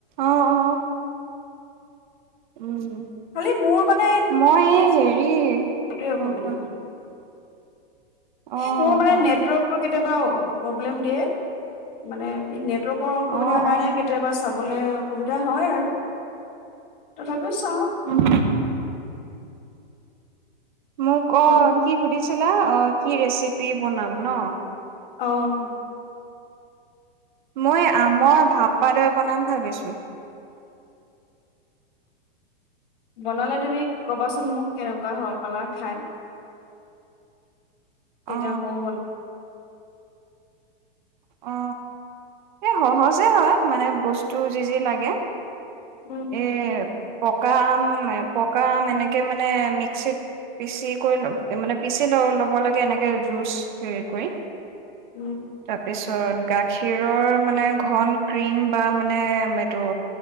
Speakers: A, on the right; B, on the left.
A: অঁ, অঁ। উম,
B: খালি মোৰ মানে
A: মই এই হেৰি
B: ৱেই অসুবিধা
A: অ কোৱা
B: নাই।
A: অ
B: এই মোৰ মানে
A: অ
B: নেটৱৰ্কটো কেতিয়াবা প্ৰব্লেম দিয়ে, মানে এই নেটৱৰ্ক কৰ অসুবিধাৰ
A: অ
B: কাৰণে
A: অ
B: কেতিয়াবা চাবলৈ অসুবিধা হয় আৰু। তথাপিও চাওঁ।
A: উম মোক, অ'
B: তুম
A: কি সুধিছিলা? অ' কি ৰেচিপি বনাম ন?
B: অঁ।
A: মই আমৰ ভাপা দৈ বনাম ভাবিছোঁ।
B: বনালে তুমি ক'বাচোন মোক, কেনেকুৱা হৈ পেলাই খায়। তেতিয়া
A: অ
B: মও বন
A: অ, এই সহজে হয়। মানে বস্তু যি যি লাগে
B: উম।
A: এই পকা আম, পকা আম এনেকৈ মানে মিক্সিত পিচি কৰি লব, মানে পিচি ল ল'ব লাগে এনেকৈ জুচ হেৰি কৰি
B: উম।
A: তাৰপিছত, গাখীৰৰ মানে ঘন ক্ৰীম বা মানে এইটো